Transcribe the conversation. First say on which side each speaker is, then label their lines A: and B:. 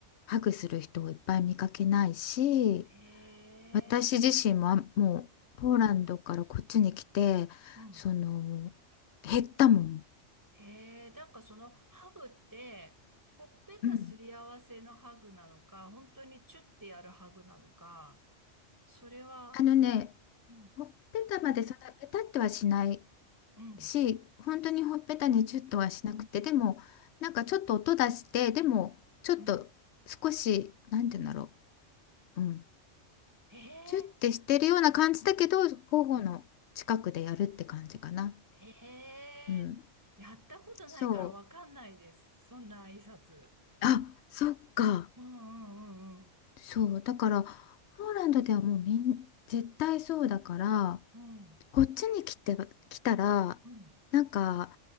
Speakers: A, on the left; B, on the right.
A: ハグする人をいっぱい見かけないし
B: へえ。
A: 私自身もあもうポーランドからこっちに来てその
B: うん。
A: 減ったもん
B: へえ。なんかそのハグって、ほっぺたすり合わせのハグなのか、
A: うん。
B: 本当にチュッてやるハグなのか、それは、
A: あのね、
B: うん
A: ほっぺたまでそんなペタってはしない
B: うん
A: し、本当にほっぺたにチュッとはしなくて、でも、なんかちょっと音出して、でも、ちょっと少し、
B: うん
A: なんて言うんだろ
B: うん。
A: う、うん、
B: へえ。
A: チュッてしてるような感じだけど、頬の近くでやるって感じかな。
B: ええやったことないからわかんないです。
A: うん、そう。
B: そんな挨拶。
A: あ、そっか。
B: うんうんうんうん。
A: そう。だから、ポーランドではもうみん、絶対そうだから、
B: うん
A: こっちに来て、来たら、
B: うん。
A: なんか、